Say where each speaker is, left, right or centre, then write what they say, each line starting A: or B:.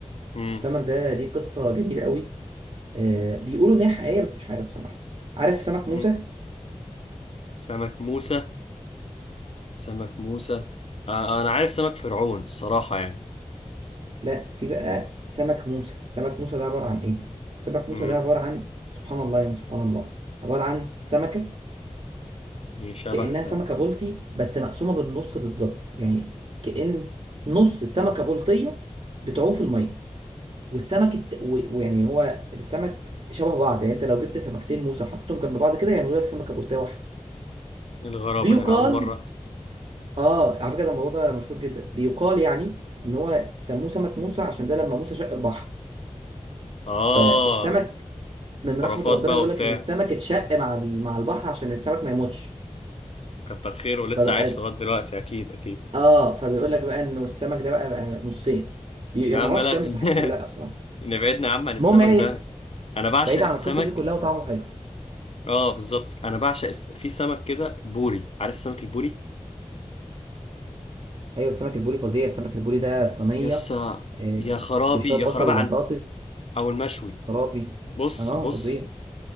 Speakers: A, on the left; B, on the right.
A: امم
B: السمك ده ليه قصه جميله قوي آه بيقولوا ان هي حقيقيه بس مش عارف بصراحه عارف سمك موسى
A: امم سمك موسى سمك موسى آه، انا عارف سمك فرعون الصراحه يعني
B: لا في بقى سمك موسى سمك موسى ده عباره عن ايه سمك موسى
A: امم
B: ده عباره عن سبحان الله يعني سبحان الله عباره عن سمكه
A: إيه شبه
B: كأنها سمكة
A: آه،
B: بلطي بس مقسومة بالنص بالظبط يعني كأن نص سمكة بلطية بتعوم في المية والسمك الت... و- ويعني هو السمك شبه بعض يعني انت لو جبت سمكتين موسى وحطيتهم جنب بعض كده يعملوا لك سمكة بلطية واحدة
A: الغرابه
B: بيقال
A: ده انا اول مره
B: اه على فكرة ده الموضوع ده مشهور جدا بيقال يعني ان هو سموه سمك موسى عشان ده لما موسى شق البحر
A: اه
B: فالسمك من
A: خرافات
B: رحمة ربنا
A: بقى
B: بيقول
A: وبتاع
B: لك ان السمك اتشق مع ال- مع البحر عشان السمك ما يموتش
A: كتر خيره ولسه
B: فبقى
A: عايش لغايه دلوقتي اكيد اكيد
B: اه فبيقول لك بقى انه السمك ده بقى بقى نصين بي...
A: يا
B: يعني
A: عم
B: ما اعرفش
A: لا
B: الكلام ده صحيح ولا لا بصراحه
A: <laughs> نبعدنا يا عم عن السمك
B: المهم يعني
A: ده انا بعشق
B: بعيد عن
A: السمك
B: القصه دي كلها وطعمه حلو
A: اه بالظبط انا بعشق الس... في سمك كده بوري عارف السمك البوري
B: ايوه السمك البوري فظيع السمك البوري ده صينيه
A: يسا
B: آه،
A: يا خرابي
B: بشويه
A: يا
B: بصل
A: خرابي
B: وبطاطس
A: على او المشوي
B: خرابي
A: بص
B: اه
A: بص
B: فظيع